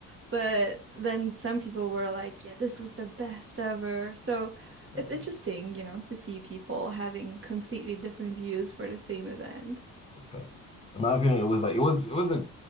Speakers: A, on the right; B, on the left.
A: But then some people were like, yeah, this was the best ever. So
B: Yeah.
A: it's interesting, you know, to see people having completely different views for the same event.
B: In my opinion, it was like it was it was a